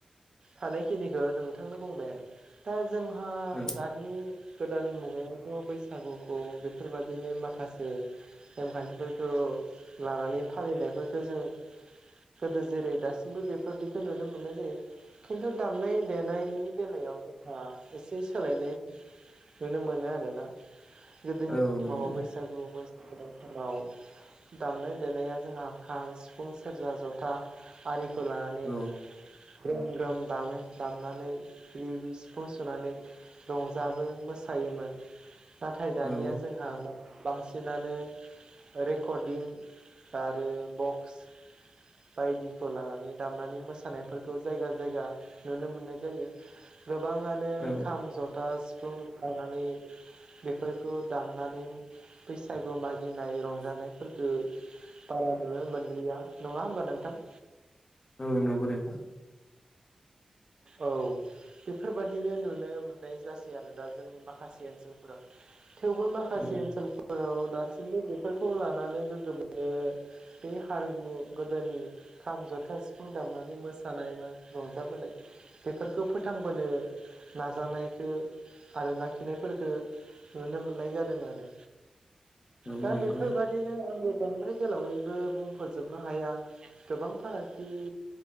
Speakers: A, on the right (about 45°); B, on the left (about 30°).
A: थानायखिनिखो नोंथांनो बुंबाय आरो। दा जोंहा
B: औ
A: दानि गोदान मुगायावथ' बैसागुखौ बेफोरबायदिनो माखासे नेमखान्थिफोरखौ लानानै फालिनायफोरखो जों गोदो जेरै दासिमबो बेफोरदिखौ नुनो मोननाय जायो खिन्थु दामनाय नि बेलायाव जोंहा एसे सोलायनाय नुनो मोनो आरोना। गोदोनि
B: औ
A: समाव
B: नंगौ
A: बैसागु मोसानाय समाव दामनाय देनाया जोंहा खाम सिफुं सेरजा जथा आरिखौ लानानै
B: औ
A: ग्रोम ग्रोम दामो। दामनानै रिउ-रिउ सिफुं सुनानै रंजाबो मोसायोमोन। नाथाय दानिया
B: औ
A: जों जोंहा बांसिनानो रेकरडिं आरो बक्स बायदिखौ लानानै दामनानै मोसानायफोरखौ जायगा जायगा नुनो मोननाय जायो गोबाङानो
B: औ
A: खाम जथा सिफुं लानानै बेफोरखौ दामनानै बैसागु मागिनाय रंजानायफोरखो बारा नुनो मोनलिया नङा होमबा नोंथां।
B: औ नंगौ दे नोंथां
A: औ बेफोरबायादिनो नुनो मोननाय जासै आरो दा जोंनि माखासे ओनसोलफोराव। थेवबो माखासे
B: औ
A: ओनसोलफोराव दासिमबो बेफोरखौ लानानै गोगोमयैनो बे हारिमु गोदोनि खाम जथा सिफुं दामनानै मोसानाय मा रंजाबोनाय। बेफोरखौ फोथांबोनो नाजानायखौ आरो लाखिनायफोरखो नुनो मोननाय जादों आरो।
B: <inaudible>
A: दा
B: नंगौ
A: बेफोरबा दिनो आंबो बांद्राय गोलावैबो बुंफजोबनो हाया गोबां फारागथि